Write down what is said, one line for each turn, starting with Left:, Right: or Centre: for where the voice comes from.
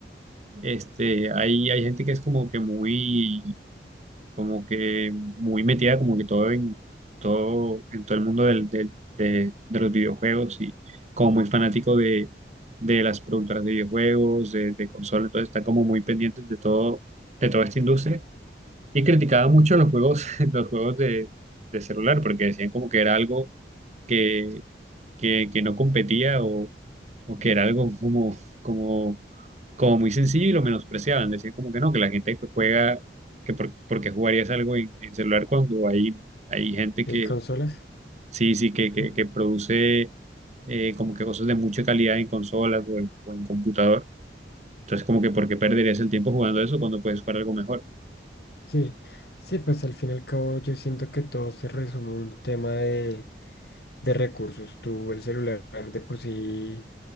Right: este, hay, hay gente que es como que muy, como que muy metida, como que todo en todo, en todo el mundo del, del- de, de los videojuegos y como muy fanático de, de las productoras de videojuegos, de, de consolas, entonces están como muy pendientes de todo, de toda esta industria Y criticaba mucho los juegos, <laughs> los juegos de, de celular, porque decían como que era algo que, que, que no competía o, o que era algo como, como, como muy sencillo y lo menospreciaban. Decían como que no, que la gente que juega, que por, porque jugarías algo en, en celular cuando hay, hay gente
Left: ¿De
Right: que
Left: consolas?
Right: sí, sí, que, que,
Left: Ah,
Right: que produce eh, como que cosas de mucha calidad en consolas o en, o en computador. Entonces como que por qué perderías el tiempo jugando eso cuando puedes jugar algo mejor.
Left: Sí, sí, pues al fin y al cabo yo siento que todo se resume a un tema de, de recursos. Tú el celular de por sí